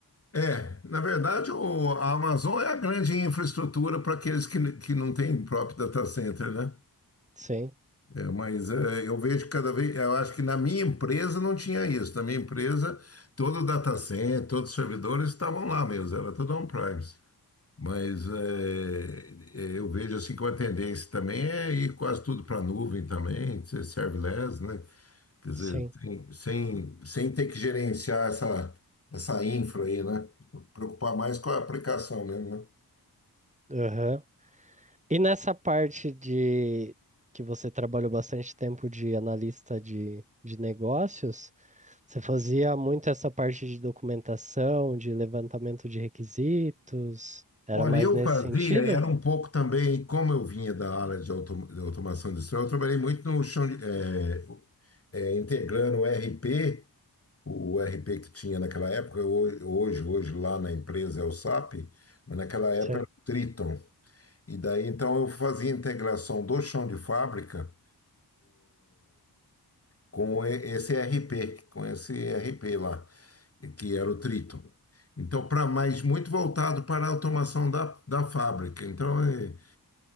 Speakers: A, on the left; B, on the right.
A: é, na verdade, o, a Amazon é a grande infraestrutura para aqueles que, que não têm próprio data center, né?
B: Sim,
A: É, mas é, eu vejo cada vez, eu acho que na minha empresa não tinha isso. Na minha empresa, todo o data center, todos os servidores estavam lá mesmo, era tudo on-premise. Mas é, é, eu vejo assim que uma tendência também é ir quase tudo para a nuvem também, ser serverless, né? Quer dizer,
B: sim.
A: sem, sem, sem ter que gerenciar essa, essa infra aí, né? Preocupar mais com a aplicação mesmo, né?
B: Aham. E nessa parte de que você trabalhou bastante tempo de analista de, de negócios, você fazia muito essa parte de documentação, de levantamento de requisitos? Era
A: Olha,
B: mais
A: eu
B: nesse
A: fazia,
B: sentido?
A: era um pouco também, como eu vinha da área de, autom- de automação industrial, eu trabalhei muito no chão de, eh, eh, integrando o RP, o RP que tinha naquela época, ho- hoje, hoje lá na empresa é o SAP, mas naquela época
B: Sim.
A: era o Triton. E daí então eu fazia integração do chão de fábrica com e- esse RP, com esse RP lá, que era o Triton. Então, para mais muito voltado para a automação da, da fábrica. Então, é,